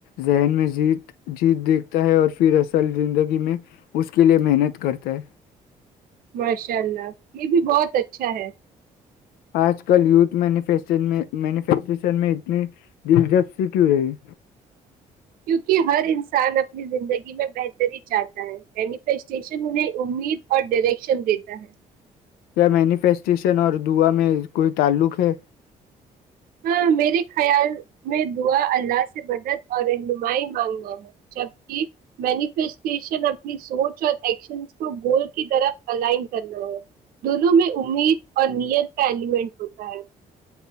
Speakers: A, on the left; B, on the right.
A: ذہن میں جیت دیکھتا ہے اور پھر اصل زندگی میں اس کے لئے محنت کرتا ہے
B: ماشاء اللہ یہ بھی بہت اچھا ہے
A: آج کل یوتھ مینوفیکچرشن میں اتنی دلچسپی کیوں رہی
B: کیونکہ ہر انسان اپنی زندگی میں بہتری چاہتا ہے مینیفیسٹیشن انہیں امید اور ڈامیریکشن دیتا ہے
A: کیا مینیفیسٹیشن اور دعا میں کوئی تعلق ہے
B: ہاں میرے خیال میں دعا اللہ سے مدد اور رہنمائی مانگنا ہے جبک مینیفسٹیشن اپنی سوچ اور ایکشن کو گول کی طرف الائن کرنا ہے دونوں میں امید اور نیت کا ایلیمنٹ ہوتا ہے